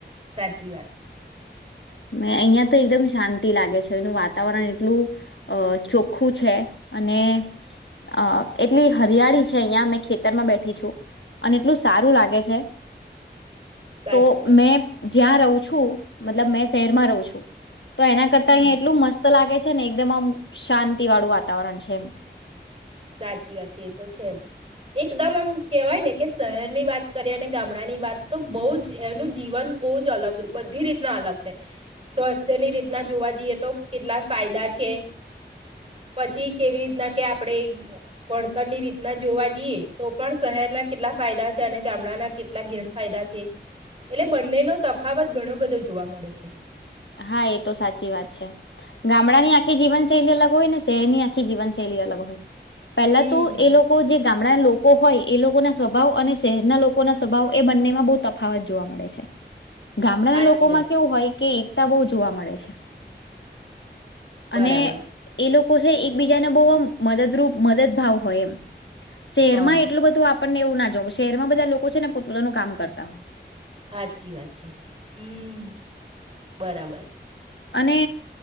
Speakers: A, on the right; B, on the left.
A: સાચી વાત.
B: મે અહિયાં તો એકદમ શાંતિ લાગે છે, એનું વાતાવરણ એટલું અ ચોખ્ખું છે અને અ એટલી હરિયાળી છે અહિયાયા મે ખેતરમાં બેઠી છું, અને એટલું સારું લાગે છે.
A: સાચી
B: તો
A: વાત
B: મેં જ્યાં રહું છું મતલબ મે સ શહેરમાં રહું છું. તો એના કરતા
A: હમ
B: અહીંયા એટલું મસ્ત લાગે છે ને એકદમ આમ શાંતિ વાળું વાતાવરણ છે એમ
A: સાચી વાત છે, એ તો છે જ એકદમ આમ કહેવાય ને કે શહેરની વાત કરીએ અને ગામડાની વાત તો બહુ જ એનું જીવન બહુ જ અલગ બધી રીતના અલગ થાય, સ્વાસ્થ્યની રીતના જોવા જઈએ તો કેટલા ફાયદા છે, પછી કેવી રીતના કે આપણે ભણતરની રીતના જોવા જઈએ તો પણ શહેરના કેટલા ફાયદા છે, અને ગામડાના કેટલા ગેરફાયદા છે, એટલે બંનેનો તફાવત ઘણો બધો જોવા મળે છે
B: હા એ તો સાચી વાત છે ગામડા ની આખી જીવનશૈલી અલગ હોય ને શહેરની આખી જીવનશૈલી અલગ હોય પેલા
A: હમ
B: તો એ લોકો જે ગામડાના લોકો હોય એ લોકો ના સ્વભાવ અને શહેરના લોકો ના સ્વભાવ એ બંનેમાં બહુ તફાવત જોવા મળે છે ગામડાના
A: સાચી
B: લોકોમાં
A: વાત
B: કેવું હોય કે એકતા બહુ જોવા મળે છે
A: બરાબર
B: અને એ લોકો છે એકબીજાને બહુ મદદરૂપ મદદ ભાવ હોય એમ શહેરમાં
A: હા.
B: એટલું બધું આપ આપને એવું ના જોવ શહેરમાં બધા લોકો છે ને પોતપોતાનું કામ કરતા હોય
A: હાચી વાત છે, હમ બરાબર
B: અને